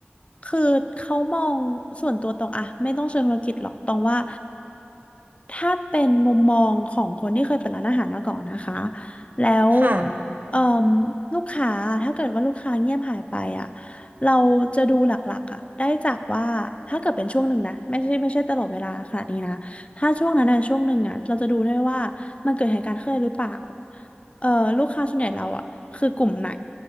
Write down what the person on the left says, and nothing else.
คือเขามองส่วนตัวตองอะไม่ต้องเชิงธุรกิจหรอกตองว่าถ้าเป็นมุมมองของคนที่เคยเปิดร้านอาหารมาก่อนนะคะแล้ว
เอ่มลูกค้าถ้าเกิดว่าลูกค้าเงียบหายไปอ่ะเราจะดูหลักๆอ่ะได้จากว่าถ้าเกิดเป็นช่วงหนึ่งนะไม่ใช่ไม่ใช่ตลอดเวลาขนาดนี้นะถ้าช่วงนั้นอะช่วงหนึ่งอ่ะเราจะดูได้ว่ามันเกิดเหตุการณ์ขึ้นหรือเปล่า เอ่อลูกค้าส่วนใหญ่เราอ่ะคือกลุ่มไหน